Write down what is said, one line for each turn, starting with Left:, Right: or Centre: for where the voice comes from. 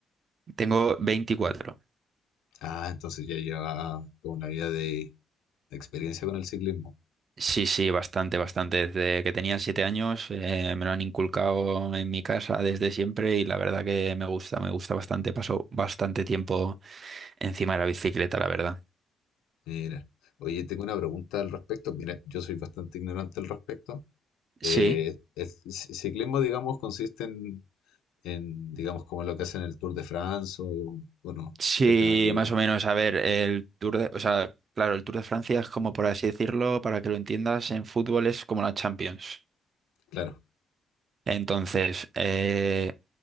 Right: <laughs> Tengo 24.
Left: Ah, entonces ya lleva toda una vida de, de experiencia con el ciclismo.
Right: Sí, sí, bastante, bastante. Desde que tenía 7 años, eh, me lo han inculcado en mi casa desde siempre y la verdad que me gusta, me gusta bastante. Paso bastante tiempo encima de la bicicleta, la verdad.
Left: Mira, oye, tengo una pregunta al respecto. Mira, yo soy bastante ignorante al respecto.
Right: Sí.
Left: Eh, el c- ciclismo, digamos, consiste en en, digamos, como lo que hacen en el Tour de France o, o no,
Right: Sí,
Left: sé que no me equivoco.
Right: más o menos. A ver, el Tour de, o sea, claro, el Tour de Francia es como, por así decirlo, para que lo entiendas, en fútbol es como la Champions.
Left: Claro,
Right: Entonces, eh,